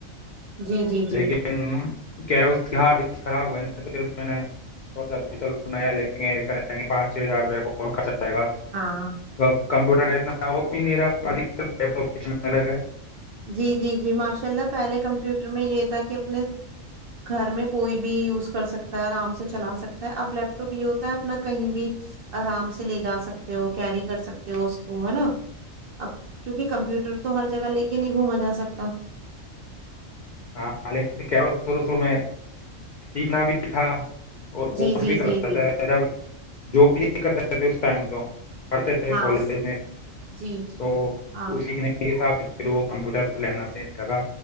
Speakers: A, on the left; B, on the right.
A: <unintelligible>
B: جی جی جی
A: لیکن کیا اس کے ہار <unintelligible> خراب ہوئے ن تو پھر میں نے چ نیا لیں گے کریں گے پانچ چھ ہزار روپر <unintelligible> جائے گا
B: ہاں
A: اب <unintelligible> کمپیوٹر کاتنا وہ بھی میرادھ <unintelligible> کچنے لگ ہے <unintelligible>
B: جی جی جی ماشا <unintelligible> چلا پہلے کمپیوٹر میں یہ تھا کہ <unintelligible> کہ اپنے گھر میں کوئی بھی یوز کر سکتا ہے آرام سے چلا سکتا ہے اب لیپ ٹاپ یہ ہوتا ہے اپنا کہیں بھی آرام سے لے جا سکتے ہو کیری کر سکتے ہو اس کو ہے نا اب کیونکہ کمپیوٹر تو ہر جگہ لے کے <unintelligible> کہ نہیں گھوما جا سکتا <unintelligible>
A: ہاں لیکن کیا شرع شرو میں سیکیکنا بھی تھا <unintelligible> اور
B: جی
A: کورس
B: جی
A: بھی کرتا
B: جی جی
A: تھا جب <unintelligible> جو بھی نہیں کرتا رہتے اس ٹائم تو <unintelligible> پڑھتے تھے
B: ہاؤس
A: کالج میں
B: جی جی
A: تو
B: ہاں
A: اسی نے حساب سے <unintelligible> پھر وہ کمپیوٹر پہ لینا صح لگا